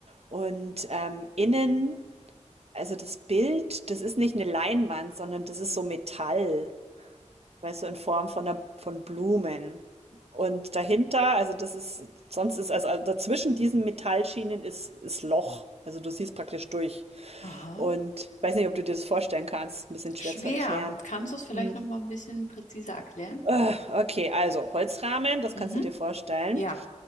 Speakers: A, on the right (about 55°); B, on the left (about 80°).
A: Und ähm, innen, also das Bild, das ist nicht eine Leinwand, sondern das ist so Metall, weißt du, in Form von einer, von Blumen. Und dahinter, also das ist, sonst ist, also dazwischen diesen Metallschienen ist, ist Loch. Also du siehst praktisch durch.
B: Aha.
A: Und weiß nicht, ob du dir das vorstellen kannst. Ein bisschen
B: Schwer.
A: schwer zu erklären.
B: Kannst du es vielleicht
A: Hm.
B: noch mal ein bisschen präziser erklären?
A: Äh, Okay, also Holzrahmen, das
B: Mhm.
A: kannst du dir vorstellen.
B: Ja.